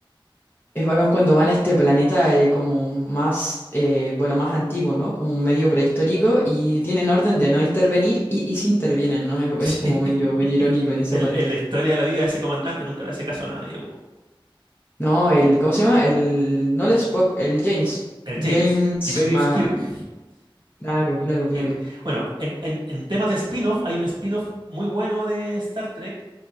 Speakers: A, on the left (about 25°); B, on the right (about 55°).
A: Es bacán cuando van a este planeta eh, como más, eh, bueno, más antiguo, ¿no? Como un medio prehistórico y tienen orden de no intervenir y, y sí intervienen, ¿no? Es,
B: <laughs> Sí,
A: es como medio, medio irónico en esa
B: el-
A: parte.
B: el- la historia de la vida de ese comandante nunca le hace caso a nadie. po.
A: No, el, ¿cómo se llama? El, no el Spock, el James.
B: El
A: James
B: James, Tiberius
A: Ma...
B: Kirk.
A: Claro,
B: <laughs>
A: claro, claro.
B: Kirk. Bueno, en, en, en temas de spin-off, hay un spin-off muy bueno de Star Trek